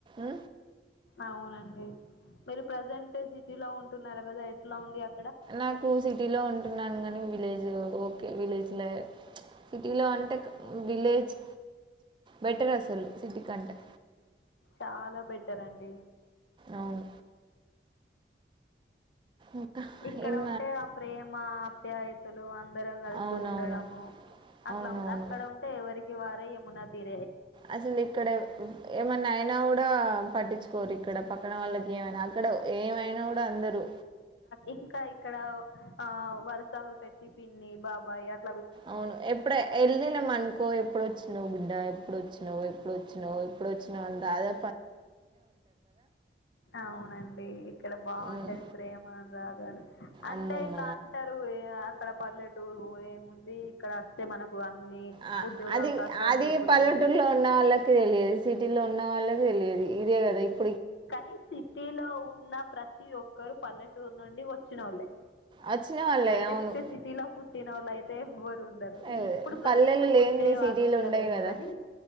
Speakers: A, on the right; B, on the left.
A: మ్
B: అవునండి. మీరు ప్రజెంట్ సిటీలో ఉంటున్నారుకదా ఎట్లా ఉంది అ
A: నాకు సిటీలో ఉంటున్నాను కాని విలేజ్ ఓకే విలేజ్లో సిటీలో అంటే క విలేజ్ బెటర్ అసలు సిటి కంటే
B: చాలా బెటరండి.
A: అవును. ఇంకా
B: ఇక్కడ
A: ఏం
B: ఉంటే ఆ ప్రేమ ఆప్యాయతలు అ అందరం కలిసి
A: అవునవును
B: ఉండడము అట్లా
A: అవునవును
B: ఉంటది అక్కడ ఉంటే ఎవరికి వారే యమునా తీరు
A: అసలు ఇక్కడ ఏమన్నా అయినా కూడా పట్టించుకోరు ఇక్కడ పక్కన వాళ్ళకి ఏమైనా అక్కడ ఏమైనా కూడా అందరు
B: ఇంకా ఇక్కడ ఆ వరుసలు పెట్టి పిన్ని బాబాయ అ
A: అవును ఎప్పుడే వెళ్ళినం అనుకో ఎప్పుడు వచ్చినావు బిడ్డ ఎప్పుడు వచ్చినవు ఎప్పుడు వచ్చినావు ఎప్పుడు వ చ్చినావ్ అదే
B: అవునండి ఇక్కడ బాగుంటది
A: ఉమ్,
B: ప్రేమ అ నురాగాలు అంటే
A: అమ్మమ్మ
B: ఇట్లా అంటారు ఇక్కడ పల్లెటూరు ఏముంది ఇక్కడ వస్తే మనకు అన్ని
A: ఆ
B: ఉద్యోగ
A: అది
B: అవకాశాలు
A: అది
B: దొరుకుతాయి
A: పల్లెటూరులో ఉన్న వాళ్ళకి తెలియదు సిటీలో ఉన్న వాళ్ళకి తెలియదు ఇదే కద ఇప్పు
B: కానీ సిటీలో ఉన్న ప్రతి ఒక్కరు పల్లెటూరు నుండి వచ్చినవోళ్ళే
A: వచ్చిన వాళ్ళే
B: డైరెక్ట్
A: అవును
B: సిటీలో పుట్టినోళ్ళు అయితే ఎవరు ఉండరు
A: ఏ,
B: ఈ ఇప్పుడు ప్రజెంట్
A: పల్లెలు
B: పుట్టే
A: లేనిది
B: వాళ్ళు
A: సిటీలు
B: ఉంటరేమో
A: ఉండవు కదా
B: గాని